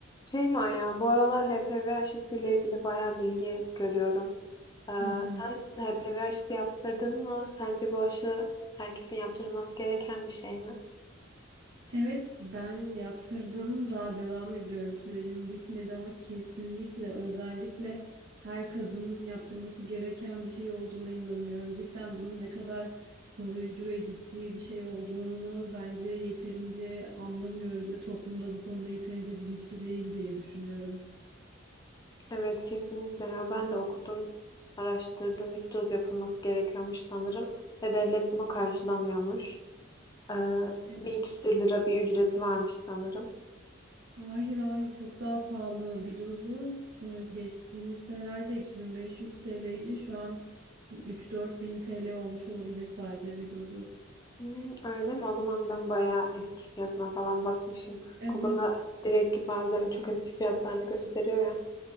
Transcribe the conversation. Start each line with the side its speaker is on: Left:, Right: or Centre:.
Left: Şey mi ya, bu aralar HPV aşısı ile ilgili bayağı bilgi görüyorum. Ee,
Right: Hı hı.
Left: sen HPV aşısı yaptırdın mı? Sence bu aşı herkesin yaptırılması gereken bir şey mi?
Right: Evet, ben yaptırdım. Daha devam ediyorum. Sürecim bitmedi ama kesinlikle özellikle her kadının yaptırması gereken bir şey olduğuna inanıyorum. Cidden bunun ne kadar koruyucu ve ciddi bir şey olduğunu bence yeterince anlamıyoruz ve toplumda bu konuda yeterince bilinçli değil diye düşünüyorum.
Left: Evet, kesinlikle ya. Ben de okudum, araştırdım. üç doz yapılması gerekiyormuş sanırım ve devlet bunu karşılamıyormuş. Ee,
Right: Evet.
Left: bin küsür lira bir ücreti varmış sanırım.
Right: Hayır hayır çok daha pahalı. Bir dozu e, geçtiğimiz senelerde 2500 TL'ydi. Şu an 3-4 bin TL olmuş olabilir sadece bir dozu.
Left: Hmm, öyle mi? O zaman ben bayağı eski fiyatına falan bakmışım.
Right: Evet
Left: Google'da direkt bazen çok eski fiyatlarını gösteriyor ya.